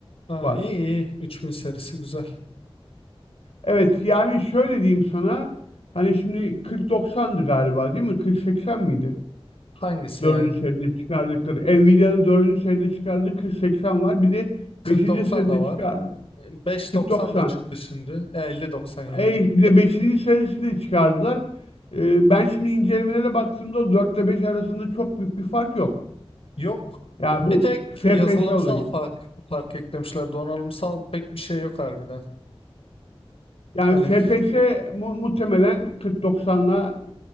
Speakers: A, on the left; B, on the left.
A: Ha,
B: var.
A: iyi iyi. üç bin serisi güzel.
B: Evet yani şöyle diyeyim sana. Hani şimdi 4090'dı galiba değil mi? 4080 miydi?
A: Hangisi
B: Dördüncü
A: yani?
B: seride çıkardıkları. Nvidia'nın dördüncü seride çıkardığı 4080 var. Bir de
A: Kırk
B: beşinci
A: doksan
B: seride
A: da var.
B: çıkar.
A: E, beş
B: 4090.
A: doksan da çıktı şimdi. E, elli doksan yani.
B: E, bir de beşinci serisini çıkardılar. E, ben şimdi incelemelere baktığımda 4 ile 5 arasında çok büyük bir fark yok.
A: Yok.
B: Yani bu
A: Bir tek
B: FPS
A: yazılımsal
B: olayı.
A: fark, fark eklemişler. Donanımsal pek bir şey yok harbiden.
B: Yani
A: Hani
B: FPS
A: f-
B: mu muhtemelen 40-90'la